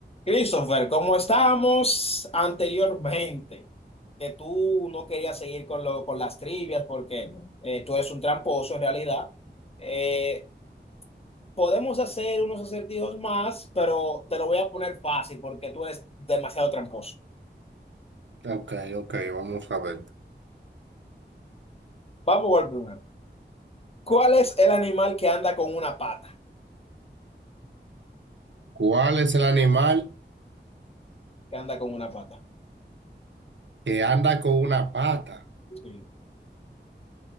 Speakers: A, on the left (about 35°); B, on the right (about 80°).
A: Christopher, como estábamos anteriormente, que tú no querías seguir con, lo, con las trivias porque eh, tú eres un tramposo en realidad, eh, podemos hacer unos acertijos más, pero te lo voy a poner fácil porque tú eres demasiado tramposo.
B: Ok, ok, vamos a ver.
A: Vamos al primero. ¿Cuál es el animal que anda con una pata?
B: ¿Cuál es el animal
A: Que anda con una pata.
B: que anda con una pata?
A: Sí.